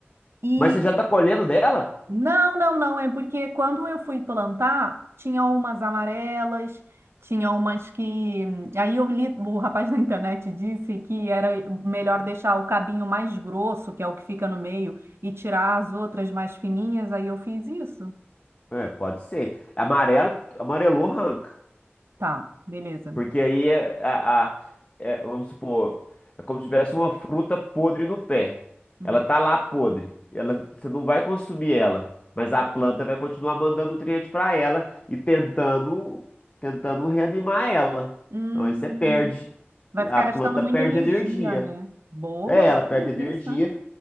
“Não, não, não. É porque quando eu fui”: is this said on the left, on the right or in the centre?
Right